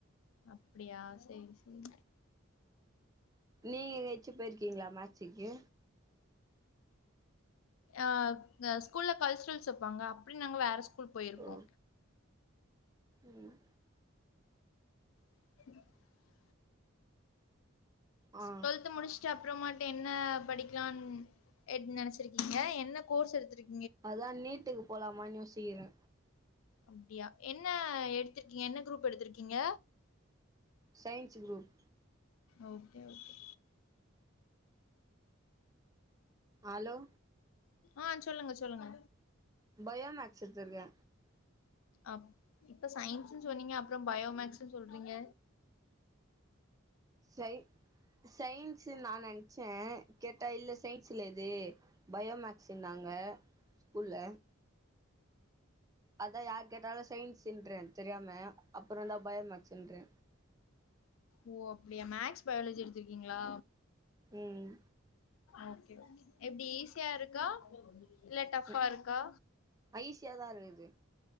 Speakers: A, on the left; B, on the right.
A: அப்டியா செரி செரி
B: நீங்க எங்கயாச்சு போயிர் க்கீங்ளா மேச்சிக்கு
A: அஹ் த ஸ்கூல்ல கல்ச்சரல்ஸ் வெப்பாங்க அப்பிடி நாங்க வேற ஸ் கூல் போயிருக்கோ
B: ஓ ம்
A: <inaudible>
B: ஆ
A: டுவெல்த் முடிச்சிட்டு அப்பறமா என்ன படிக்கலான் எட் நெனைச்சிருக்கீங்க என்ன கோர்ஸ் எடுத்திருக்
B: அதான் நீட்டுக்கு போலாமான் யோசிக்கிறே
A: அப்டியா என்ன எடுத்திருக்கீங்க என்ன குரூப் எடுத்திருக்கீங்க
B: science group
A: okay okay
B: hello
A: ஆ சொல்லுங்க சொல்லுங்க
B: பயோ மேக்ஸ் எடுத்ருக்கே
A: அப் இப்ப சயின் க்கு சொன்னீங்க அப்றோ பயோ மேக்ஸ் ட்டு சொல்றீங்க
B: சை சயின்ஸ் நா நென்ச்சே கேட்டா இல்ல சயின்ஸ் இல்ல இது பயோ மேக்ஸ்ன்னாங்க ஸ்கூல்ல அதா யாருக்கேட்டாலு சயின்ஸ்ன்றே தெரியாம அப்றோதா பயோமேக்ஸ்ன்றே
A: ஓ அப்டியா மேக்ஸ் பயாலஜி எடுத்திருக்கீங்களா
B: ம்
A: ஓகே ஓகே எப்டி ஈசியா இருக்கா இல்ல டப்பா
B: ம்
A: இருக்கா
B: ஈஸியாதா இருக்குது